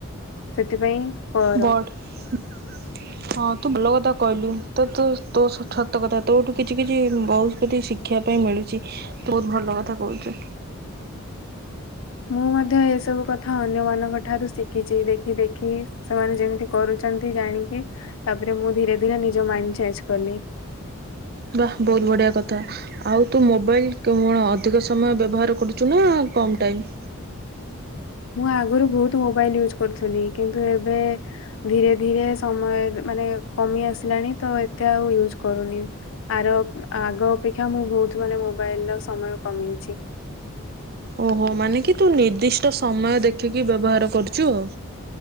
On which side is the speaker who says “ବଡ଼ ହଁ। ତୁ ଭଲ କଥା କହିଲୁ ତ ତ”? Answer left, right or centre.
Right